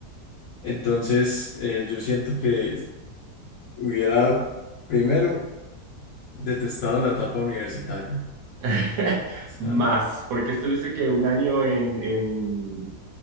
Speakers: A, on the left; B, on the right.
A: Entonces, eh, yo siento que hubiera primero detestado la etapa universitaria.
B: <laughs>
A: O sea,
B: más, porque estuviste que un año en, en,